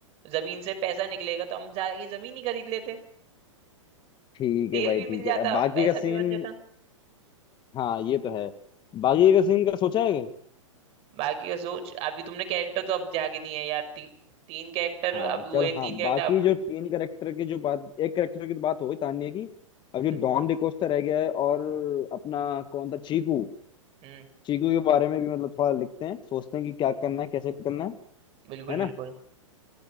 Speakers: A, on the right; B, on the left.
A: जमीन से पैसा निकलेगा तो हम जाके जमीन ही खरीद लेते
B: ठीक
A: तेल
B: है भाई
A: भी
B: ठीक
A: मिल जाता
B: है अब बाकी
A: पैसा
B: का सीन
A: भी बन जाता
B: हाँ ये तो है बाकी का सीन का सोचा है क्या?
A: बाकी का सोच अभी तुमने कैरेक्टर तो अब जाके दिए हैं यार ती, तीन कैरेक्टर
B: हाँ
A: अभी हुए
B: चल हाँ
A: तीन कैरेक्टर
B: बाकी
A: अब
B: जो तीन करेक्टर की जो बात एक करेक्टर की तो बात हो गई तान्या की अब जो
A: हम्म
B: डॉन डिकोस्टा रह गया है और अपना कौन था चीकू
A: हम्म,
B: चीकू के बारे में भी मतलब थोड़ा लिखते हैं सोचते हैं कि क्या करना है कैसे करना है
A: बिल्कुल
B: है ना
A: बिल्कुल